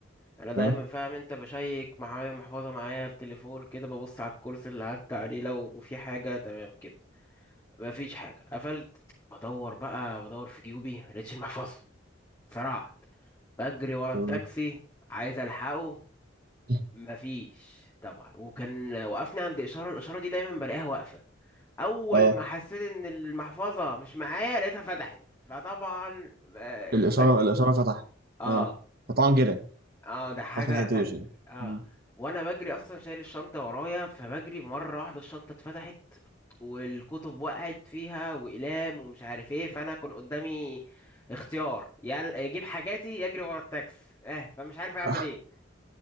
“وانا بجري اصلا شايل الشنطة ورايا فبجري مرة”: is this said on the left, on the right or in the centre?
Left